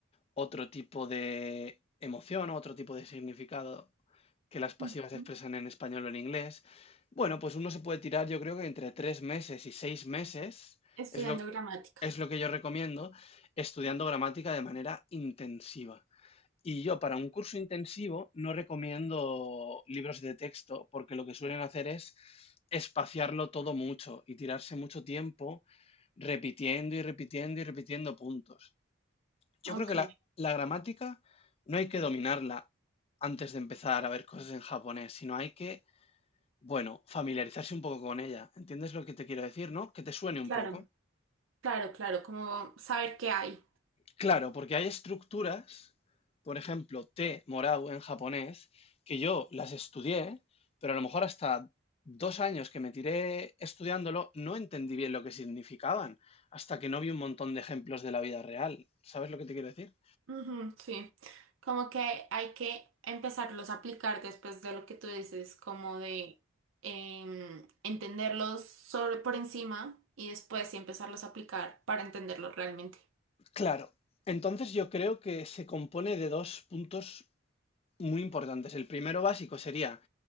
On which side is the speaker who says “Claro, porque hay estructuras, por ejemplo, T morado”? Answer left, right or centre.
Left